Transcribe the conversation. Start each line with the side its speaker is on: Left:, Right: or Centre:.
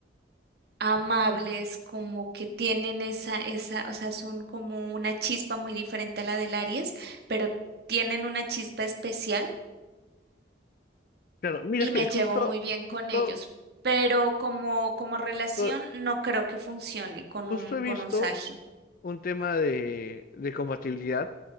Right: amables, como que tienen esa, esa, o sea, son como una chispa muy diferente a la del Aries, pero tienen una chispa especial
Left: Claro, mira
Right: y
Left: que
Right: me llevo
Left: justo,
Right: muy bien con
Left: justo,
Right: ellos. Pero como, como relación
Left: justo,
Right: no creo que funcione con
Left: justo
Right: un,
Left: he
Right: con
Left: visto
Right: un Sagi.
Left: un tema de, de compatibilidad.